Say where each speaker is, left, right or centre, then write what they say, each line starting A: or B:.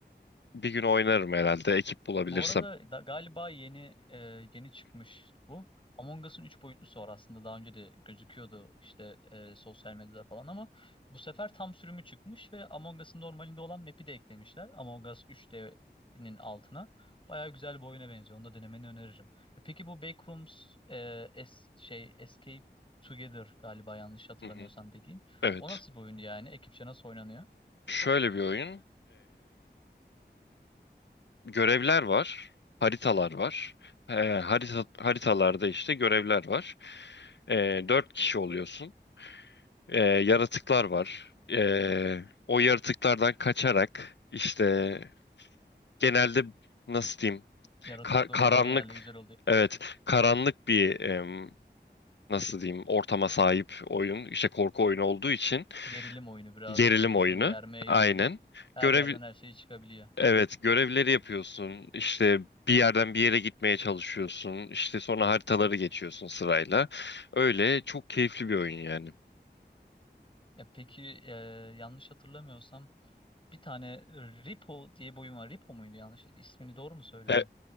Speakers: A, on the left (about 75°); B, on the left (about 30°).
A: bir gün oynarım herhalde ekip bulabilirsem.
B: Bu arada da, galiba yeni e, yeni çıkmış bu. Among Us'ın 3 boyutlusu var aslında daha önce de gözüküyordu işte e, sosyal medyada falan ama bu sefer tam sürümü çıkmış ve Among Us'ın normalinde olan map'i de eklemişler. Among Us 3D'nin altına. Baya güzel bir oyuna benziyor. Onu da denemeni öneririm. E, Peki bu Backrooms e, es, şey Escape Together galiba yanlış hatırlamıyorsam
A: Hı hı.
B: dediğin.
A: Evet.
B: O nasıl bir oyun yani? Ekipçe nasıl oynanıyor?
A: Şöyle bir oyun. görevler var, haritalar var. Ee, harita, haritalarda işte görevler var. Ee, dört kişi oluyorsun. Ee, yaratıklar var. Ee, o yaratıklardan kaçarak işte genelde nasıl diyeyim
B: Yaratıklı
A: ka- karanlık
B: oyunlar genelde güzel
A: evet karanlık bir em, nasıl diyeyim ortama sahip oyun işte korku oyunu olduğu için
B: Gerilim oyunu birazcık
A: gerilim
B: da insanı
A: oyunu
B: germeye
A: aynen
B: yönelik. Her
A: görev
B: yerden her şey çıkabiliyor.
A: Evet, görevleri yapıyorsun. İşte bir yerden bir yere gitmeye çalışıyorsun. İşte sonra haritaları geçiyorsun sırayla. Öyle çok keyifli bir oyun yani.
B: Ya peki e, yanlış hatırlamıyorsam bir tane Ripo diye bir oyun var. Ripo muydu yanlış? İsmini doğru mu söylüyorum?
A: E,